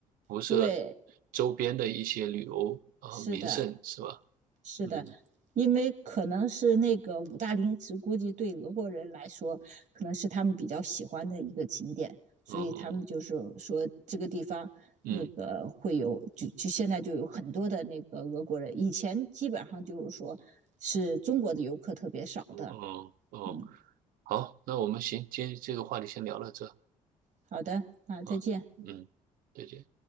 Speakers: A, on the right; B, on the right.
A: 辐射
B: 对，
A: 周边的一些旅游啊、
B: 是的，
A: 名胜，是吧？
B: 是的，
A: 嗯
B: 因为可能是那个五大陵池，估计对俄国人来说，可能是他们比较喜欢的一个景点，所以他们就是说这个地方那个会有，
A: 哦，嗯
B: 就就现在就有很多的那个俄国人，以前基本上就是说是中国的游客特别少的。
A: 哦哦，
B: 嗯，
A: 好，那我们行，今天这个话题先聊到这
B: 好的，那再见。
A: 啊，嗯，再见。